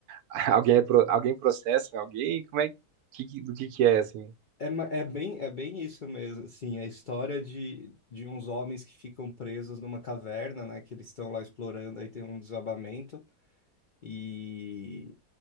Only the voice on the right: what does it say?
<laughs> Alguém, é pro- alguém processa alguém? Como é que, que- do que, que é, assim?